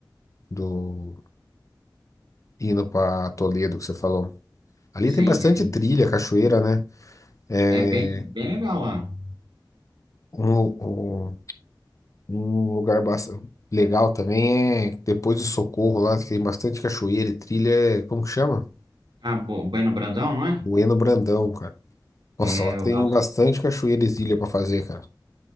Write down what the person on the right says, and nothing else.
sim,
sim.
É bem, bem legal lá.
Ah, Bo- Bueno Brandão, não é?
É,
eu-
acho-